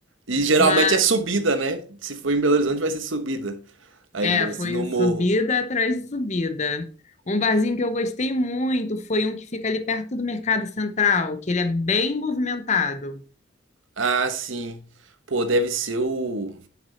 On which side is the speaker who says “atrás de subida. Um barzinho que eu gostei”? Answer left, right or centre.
Left